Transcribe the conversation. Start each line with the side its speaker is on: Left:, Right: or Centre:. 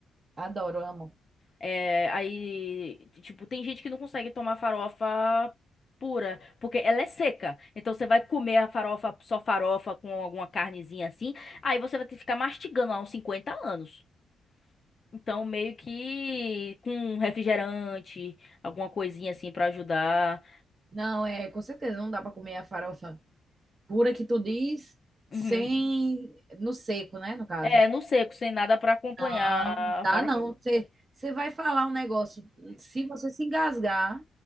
Right: adoro, amo.
Left: É, aí, tipo, tem gente que não consegue tomar farofa pura, porque ela é seca. Então você vai comer a farofa, só farofa com alguma carnezinha assim, aí você vai ter que ficar mastigando lá uns 50 anos. Então, meio que com um refrigerante, alguma coisinha assim pra ajudar.
Right: Não, é, com certeza não dá para comer a farofa pura que tu diz, sem,
Left: Uhum.
Right: no seco, né, no caso.
Left: É, no seco, sem nada pra acompanhar
Right: Não,
Left: a
Right: dá
Left: farofa.
Right: não. Você, você vai falar um negócio. Se você se engasgar,